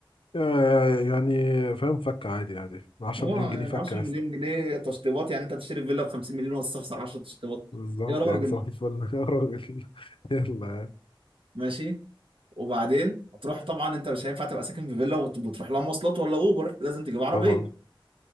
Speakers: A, on the left (about 75°); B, on the right (about 80°).
A: يا- يعني فاهم فكه عادي عادي 10
B: هو
A: مليون جنيه
B: يعني
A: فكه
B: 10
A: يا
B: مليون
A: اسطى
B: جنيه تشطيبات يعني انت هتشتري فيلا ب 50 مليون وتستخسر 10 تشطيبات
A: بالظبط
B: يا راجل
A: يعني صباح الفل <laughs> يا راجل يلا
B: ماشي وبعدين هتروح طبعا انت مش هينفع تبقى ساكن في فيلا وت- وتروح لها مواصلات ولا اوبر لازم تجيب عربيه
A: طبعا